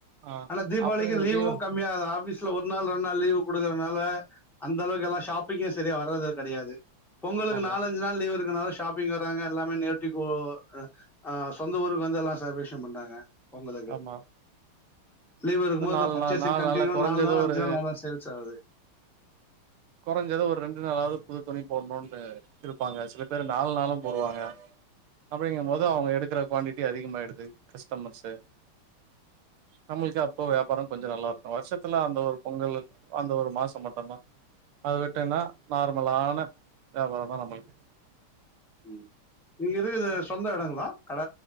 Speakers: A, on the right (about 80°); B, in the centre.
A: ஆ
B: ஆனா தீபாவளிக்கு
A: அப்படி
B: லீவு
A: தீபா
B: கம் ம்யாதா ஆபீஸ்ல ஒர் நாள் ரெண்டு நாள் லீவு குடுக்குறனால அந் அளவுக்கு எல்லா ஷாப்பிங்கு சரியா வரது கடையாது பொங்கலுக்கு
A: ஆமா
B: நாலஞ்சி நாள் லீவ் இருக்கனால ஷாப் பிங்குறாங்க எல்லாமே நேரட்டிகோ அ சொந்த ஊருக்கு வந்து எல்லா சேப்ரேஷ்ன் பண்றாங்க ஒங்களுக்கு
A: ஆமா
B: லீவ் இருக்கும்போது
A: நாலு
B: இந்த பர்ச்சேசிங்
A: நாள் நாலு
B: கண்டியூவ
A: நாளா கொறஞ்சது
B: நால் நாள் அஞ்சு
A: ஒரு
B: நாள் நல்லா சேல் சாவுது
A: கொறஞ்சது ஒரு ரெண்டு நாளாவ்து புது துணி போட்ணுன்னு இருப்பாங்க சில பேரு நால் நாளு போடுவாங்க அப்டிங்கம்போது அவுங்க எடுக்குற குவான்டிட்டி அதிகமாயிடுது கஸ்ட்டமர்ஸு நம்முளுக்கு அப்ப வியாபார கொஞ்ச நல்லாருக்கு வர்ஷத்துல அந்த ஒரு பொங்கலு அந்த ஒரு மாச மட்டுந்தா அத விட்டேனா நார்மலான வியாபாரந்தா நம்மள்க்
B: ம் நீங்க இருக்குது சொந்த எடங்களா கட